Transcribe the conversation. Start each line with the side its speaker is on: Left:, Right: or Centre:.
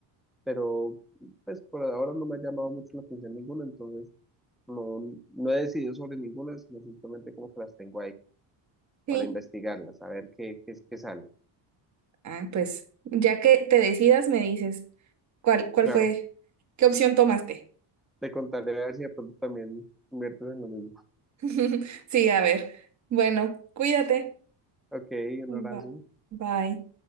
Centre: pero pues por ahora no me ha llamado mucho la atención ninguna, entonces no, no he decidido sobre ninguna, sino simplemente como que las tengo ahí
Right: Sí.
Centre: para investigarlas, a ver qué, qué, qué sale.
Right: Ah, pues ya que te decidas, me dices cuál, cuál
Centre: Claro.
Right: fue, qué opción tomaste.
Centre: Te contaré a ver si de pronto también inviertes en lo mismo.
Right: <laughs> Sí, a ver. Bueno, cuídate.
Centre: Ok, un abrazo.
Right: Ba- Bye.